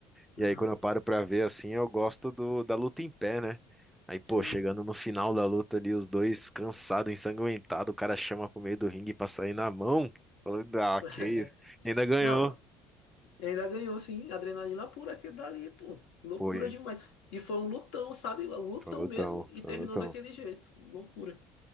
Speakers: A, in the centre; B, on the left (about 85°).
A: E
B: Aham,
A: aí quando eu paro pra ver assim, eu gosto do, da luta em pé, né? Aí, pô,
B: Sim.
A: chegando no final da luta ali, os dois cansados, ensanguentados, o cara chama pro meio do ringue pra sair na mão. Falou, ah,
B: <laughs>
A: que isso. ainda ganhou.
B: Não, E ainda ganhou, sim, adrenalina pura aquele dali, pô. Loucura
A: Pô, e-
B: demais. E foi um lutão, sabe? Um lutão
A: falou
B: mesmo
A: tão,
B: e
A: falou
B: terminou
A: tão.
B: daquele jeito. Loucura,